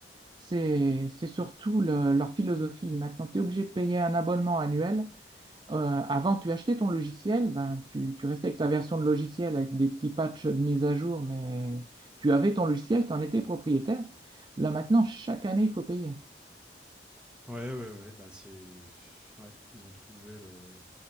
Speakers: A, on the right; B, in the centre.
A: c'est c'est surtout le- leur philosophie. Maintenant, tu es obligé de payer un abonnement annuel Euh, avant, tu achetais ton logiciel, ben, tu, tu restais avec ta version de logiciel avec des petits patchs de mise à jour, mais tu avais ton logiciel, tu en étais propriétaire. Là maintenant, chaque année, il faut payer.
B: ouais ouais ouais bah c'est ouais ils ont trouvé le